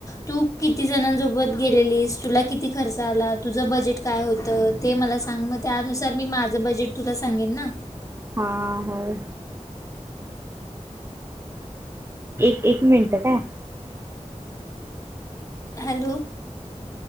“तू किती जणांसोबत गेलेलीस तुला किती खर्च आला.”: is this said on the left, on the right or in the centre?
Left